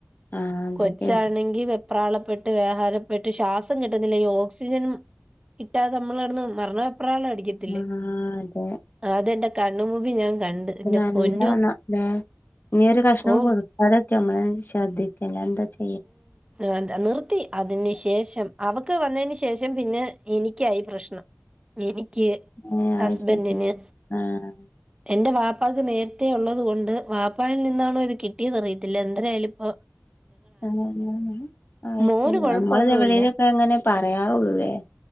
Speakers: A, on the left (about 40°); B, on the right (about 20°).
A: ആഹ് അതൊക്കെ
B: കൊച്ചാണെങ്കി വെ പ്രാളപ്പെട്ട് വ്യഹാരപ്പെട്ട് ശ്വാസം കിട്ടുന്നില്ല ഈ ഓക്സിജന്. കിട്ടതെ നമ്മള് കടന്ന് മരണ വെപ്രാളടിക്കത്
A: ആഹ് അതെ
B: അതേന്റെ കണ്ണ് മുമ്പി ഞാൻ കണ്ട്. എന്റെ
A: നല്ലതാണൊ
B: പൊന്നോ
A: ലേ ഇനി ഒരു കഷ്ണം
B: ഓ
A: കൊട് അതൊക്കെ നമ്മളെന്ന ശ്രദ്ധിക്കില്ല എന്ത <unintelligible>
B: ആഹ് നിർത്തി അതിന് ശേഷം അവക്ക് വന്നതിന് ശേഷം പിന്നെ എനിക്കായി പ്രശ്നം. എനിക്ക്
A: ഏ അത്
B: ഹസ്ബൻഡിന്
A: ശരി ആഹ്
B: എന്റെ വാപ്പാക്ക് നേര്ത്തെ ഉള്ളത് കൊണ്ട് വാപ്പായിൽ നിന്നാണോ ഇത് കിട്ടിയെന്ന്റിയത്തില്ല എന്തരായാലും ഇപ്പ
A: ആഹ് ആഹ്
B: മോന്
A: ശരി
B: കൊഴപ്പൊന്നുല്ല
A: നമ്മൾ എവിടെേലൊക്കെ ഇങ്ങനെ പറയാറൊള്ളു ലെ.